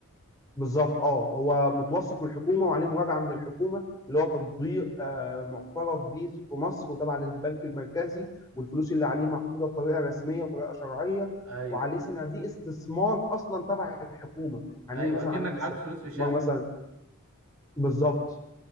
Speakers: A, on the left; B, on the right.
A: بالضبط آه، هو متوثّق من الحكومة وعليه مراجعة من الحكومة، اللي هو تطبيق آآ مُعترف بيه في مصر وتابع للبنك المركزي، والفلوس اللي عليه محطوطة بطريقة رسمية وطريقة شرعية،
B: ايوه
A: وعليه صناديق استثمار أصلًا تبع الحكومة، يعني
B: ايوه
A: مثلًا
B: اكنك
A: عليه
B: حاطط
A: صناديق
B: فلوس في
A: استثمار
B: شقه
A: مثلًا بالضبط.